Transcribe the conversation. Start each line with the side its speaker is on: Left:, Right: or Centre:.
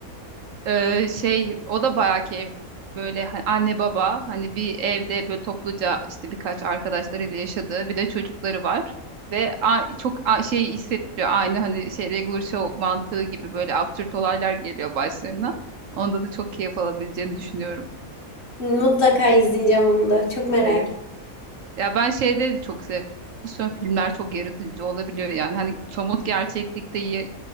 Right: Ee, şey o da bayağı ki böyle ha- anne baba hani bir evde böyle topluca işte birkaç arkadaşlarıyla yaşadığı bir de çocukları var. Ve a- çok a- şey hissettiriyor aynı hani şey Regular Show mantığı gibi böyle absürt olaylar geliyor başlarına. Onda da çok keyif alabileceğini düşünüyorum.
Left: Mutlaka izleyeceğim onu da. Çok merak
Right: Evet.
Left: ettim.
Right: Ya ben şeyde de çok seviyorum. Animasyon filmler çok yaratıcı olabiliyor yani. Hani somut gerçeklikte ye-